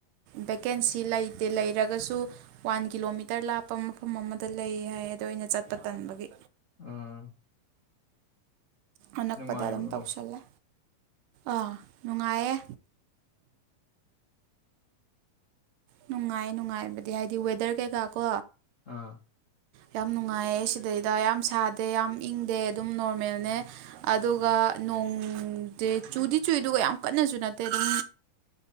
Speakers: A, on the right (about 80°); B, on the left (about 50°).
A: ꯚꯦꯀꯦꯟꯁꯤ ꯂꯩꯇꯦ ꯂꯩꯔꯒꯁꯨ ꯋꯥꯟ ꯀꯤꯂꯣꯃꯤꯇꯔ ꯂꯥꯞꯄ ꯃꯐꯝ ꯑꯃꯗ ꯂꯩ ꯍꯥꯏ ꯑꯗꯣ ꯑꯩꯅ ꯆꯠꯄ ꯇꯟꯕꯒꯤ
B: ꯑꯥ
A: ꯑꯅꯛꯄꯗ
B: ꯅꯨꯡꯉꯥꯏꯕ꯭ꯔꯣꯃ
A: ꯑꯗꯨꯝ ꯇꯧꯁꯜꯂꯦ ꯑꯥ ꯅꯨꯡꯉꯥꯏꯌꯦ ꯅꯨꯡꯉꯥꯏ ꯅꯨꯡꯉꯥꯏꯕꯗꯤ ꯍꯥꯏꯗꯤ ꯋꯦꯗꯔ ꯀꯩꯀꯥ ꯀꯣ
B: ꯑꯥ
A: ꯌꯥꯝ ꯅꯨꯡꯉꯥꯏꯌꯦ ꯁꯤꯗꯩꯗ ꯌꯥꯝ ꯁꯥꯗꯦ ꯌꯥꯝ ꯏꯪꯗꯦ ꯑꯗꯨꯝ ꯅꯣꯔꯃꯦꯜꯅꯦ ꯑꯗꯨꯒ ꯅꯣꯡꯗꯤ ꯆꯨꯗꯤ ꯆꯨꯏ ꯑꯗꯨꯒ ꯌꯥꯝ ꯀꯟꯅꯁꯨ ꯅꯠꯇꯦ ꯑꯗꯨꯝ